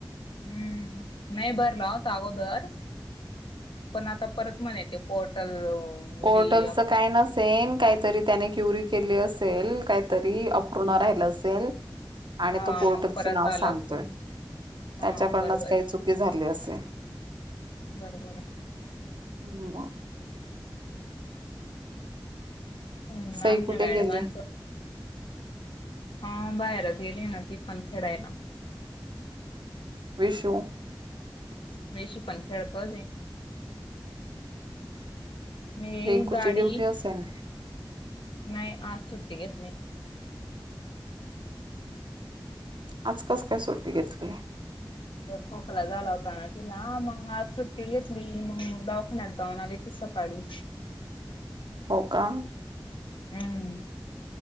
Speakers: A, on the left; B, on the right.
A: हम्म नाही भरला होता अगोदर पण आता परत म्हणे येते पोर्टल
B: पोर्टलचचं
A: री
B: काय नसेन काहीतरी त्याने क्युरी केली असेल काहीतरी अपूर्ण राहिलं असेल.
A: हा
B: आणि तो पोर्टलचं
A: मग परत
B: नाव
A: आला
B: सांगतोय
A: असेल हा
B: त्यांच्याकडूनच
A: बरोबर
B: काही
A: आहे
B: चुकी झाली असेल
A: बरोबर आहे
B: हू
A: हम्म
B: सई
A: आमच्या
B: कुठे
A: मॅडमांचं
B: गेली?
A: हा बार गेली ना ती पंथडा आहे
B: विषवु
A: मेश पण खळतो म
B: रिंकूची
A: गाडी
B: ड्युटी असेल
A: नाही आज सुट्टी घेतली
B: आज कस काय सुट्टी घेतली?
A: खोकला झाला होता तुला मग आज सुट्टी घेतली मग दावाखान्यात जाऊन आली ती सकाळी
B: हो का
A: हम्म